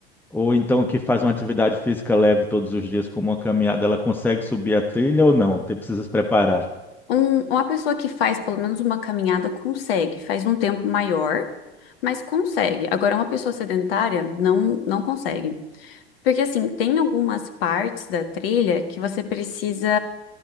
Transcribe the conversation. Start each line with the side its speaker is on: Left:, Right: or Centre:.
Centre: ou então que faz uma atividade física leve todos os dias, como uma caminhada, ela consegue subir a trilha ou não? Tem precisa se preparar.
Left: um- uma pessoa que faz pelo menos uma caminhada consegue, faz um tempo maior, mas consegue. Agora, uma pessoa sedentária não, não consegue. Porque assim, tem algumas partes da trilha que você precisa